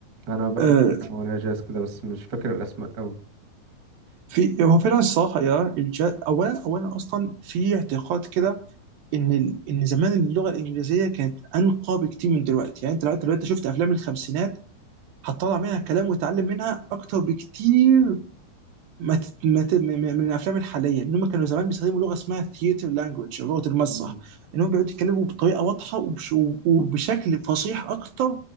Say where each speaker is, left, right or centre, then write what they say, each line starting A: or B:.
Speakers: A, on the right (about 40°); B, on the right (about 75°).
A: أنا بحب
B: آه،
A: كام أغنية جاز كده بس مش فاكر الأسماء أوي
B: في هو فعلا الصراحه يا الج- اولا اولا اصلا في اعتقاد كده ان ال- ان زمان اللغه الانجليزيه كانت انقى بكتير من دلوقتي يعني انت لو دلوقتي شفت افلام الخمسينات هتطلع منها كلام وتتعلم منها اكتر بكتير ما تت... ما ت... م- م- من الافلام الحاليه ان هم كانوا زمان بيستخدموا لغه اسمها ثياتر لانجوج لغه المسرح
A: مم.
B: ان هم بيقعدوا يتكلموا بطريقه واضحه وبش... وبشكل فصيح اكتر